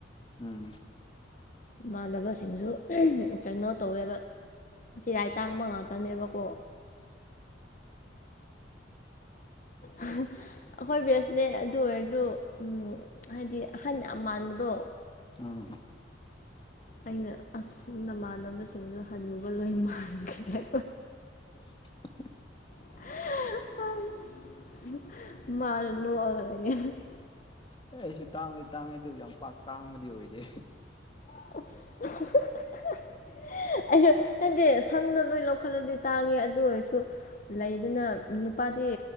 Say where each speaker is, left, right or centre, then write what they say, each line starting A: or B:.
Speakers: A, on the left; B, on the left.
A: ꯎꯝ
B: ꯃꯥꯟꯅꯕꯁꯤꯡꯁꯨ ꯀꯩꯅꯣ ꯇꯧꯋꯦꯕ ꯆꯔꯥꯏ ꯇꯥꯡꯕ ꯉꯥꯛꯇꯅꯦꯕꯀꯣ ꯎꯝ ꯑꯩꯈꯣꯏ ꯕꯦꯁꯅꯦ ꯑꯗꯨ ꯑꯣꯏꯔꯁꯨ ꯍꯥꯏꯗꯤ ꯑꯍꯟ ꯌꯥꯝ ꯃꯥꯟꯕꯗꯣ
A: ꯑ
B: ꯑꯩꯅ ꯑꯁ ꯅꯃꯥꯟꯅꯕꯁꯤꯡꯗꯨꯣ ꯍꯜꯂꯨꯒ ꯂꯣꯏ ꯃꯥꯟꯈ꯭ꯔꯦ
A: ꯎꯝ
B: ꯃꯥꯅꯣꯉ
A: ꯑꯦ ꯑꯩꯁꯨ ꯇꯥꯡꯗꯤ ꯇꯥꯡꯉꯤ ꯑꯗꯨ ꯌꯥꯝ ꯄꯥꯛ ꯇꯥꯡꯕꯗꯤ ꯑꯣꯏꯗꯦ
B: <inaudible> ꯑꯩꯁꯨ ꯍꯥꯏꯗꯤ ꯁꯝꯗꯣ ꯂꯣꯏ ꯂꯧꯈꯠꯂꯗꯤ ꯇꯥꯡꯉꯦ ꯑꯗꯨ ꯑꯣꯏꯔꯁꯨ ꯂꯩꯗꯅ ꯅꯨꯄꯥꯗꯤ